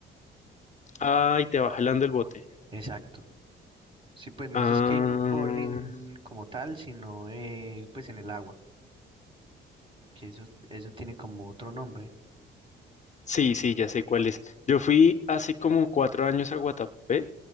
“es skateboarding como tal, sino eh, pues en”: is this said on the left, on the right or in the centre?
Right